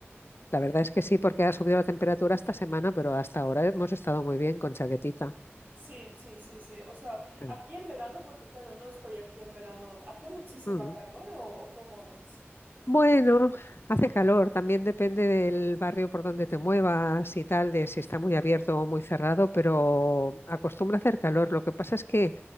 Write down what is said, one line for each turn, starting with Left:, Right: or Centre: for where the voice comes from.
Left: La verdad es que sí, porque ha subido la temperatura esta semana, pero hasta ahora hemos estado muy bien con chaquetita.
Right: Sí, sí, sí, sí. O sea,
Left: Sí.
Right: aquí en verano, porque claro, no estoy aquí en verano. ¿Hace muchísima
Left: Mm.
Right: calor o, o cómo es?
Left: Bueno, hace calor, también depende del barrio por donde te muevas y tal, de si está muy abierto o muy cerrado, pero acostumbra a hacer calor. Lo que pasa es que